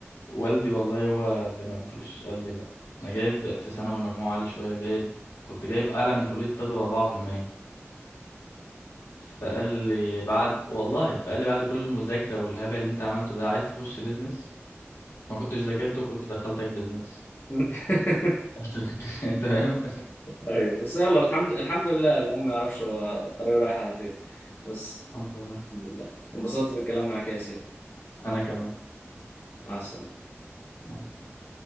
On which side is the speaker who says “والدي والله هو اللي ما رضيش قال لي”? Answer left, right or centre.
Left